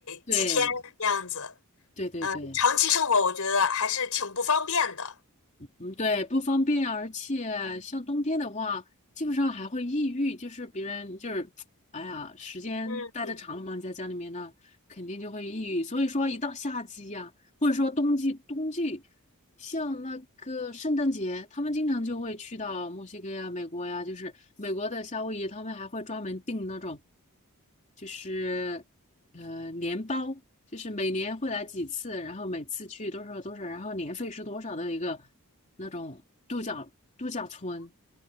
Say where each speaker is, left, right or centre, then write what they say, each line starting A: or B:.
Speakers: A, on the left (about 35°); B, on the left (about 75°).
A: 对
B: 几天这样子，
A: 对对对，
B: 长期生活我觉得还是挺不方便的。
A: 嗯对，不方便，而且像冬天的话，基本上还会抑郁，就是别人就是 <tsk>。哎呀，时间待的长了嘛，
B: 嗯嗯。
A: 在家里面呢，肯定就会抑郁。所以说，一到夏季呀、或者说冬季，冬季像那个圣诞节，他们经常就会去到墨西哥呀、美国呀，就是美国的夏威夷，他们还会专门订那种，就是呃年包，就是每年会来几次，然后每次去多少多少，然后年费是多少的一个那种度假度假村，